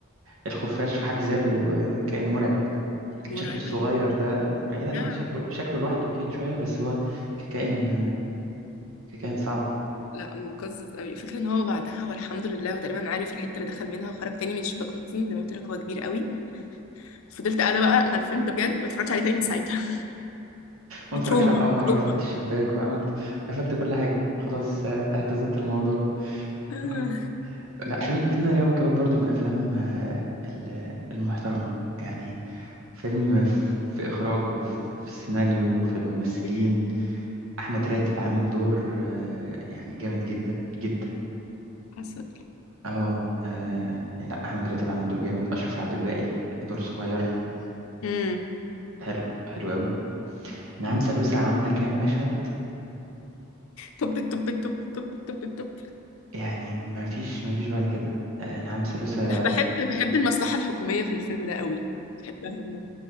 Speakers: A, on the right; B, on the left.
A: الخفاش في حد ذاته كائن مرعب
B: مرعبة
A: شكله الصغير
B: جدا
A: ده بعيدا
B: يا.
A: شكله شكله لوحده كيوت شوية بس هو ككائن ككائن صعب
B: لا مقزز قوي الفكرة ان هو بعدها والحمد لله هو تقريبا عارف الحتة اللي دخل منها وخرج تاني من شباك اوضتي زي ما قلت لك هو كبير قوي فضلت قاعدة بقى انا الفيلم ده بجد ما اتفرجتش عليه تاني من ساعتها
A: ما
B: <laughs>
A: اتفرجش
B: تروما
A: على القمر
B: تروما
A: وقفلت الشباك وعملت قفلت كل حاجة خلاص آه، اعتزلت الموضوع
B: آه.
A: آه. لا فيلم فيلم الإرهاب والكباب برضو من الأفلام آه، ال- المحترمة يعني فيلم في في إخراجه في في السيناريو في الممثلين
B: <laughs>
A: احمد راتب عامل دور آه، يعني جامد جدا جدا
B: حصل
A: اه آه، لا احمد راتب عامل دور جامد اشرف عبد الباقي دور صغير
B: امم
A: حلو حلو قوي نعم سلوسة عامله كام مشهد
B: طب طب طب طب طب طب
A: يعني ما فيش ما فيش بعد كده آه، نعم سلوسة
B: بحب بحب المصلحة الحكومية في الفيلم ده قوي بحبها